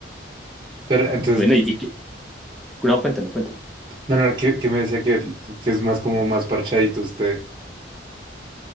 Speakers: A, on the right (about 25°); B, in the centre.
A: Pero entonces,
B: Bueno, y, y que- no, cuéntame, cuéntame.
A: no, no, que, que me decía que, que es más como más parchadito usted.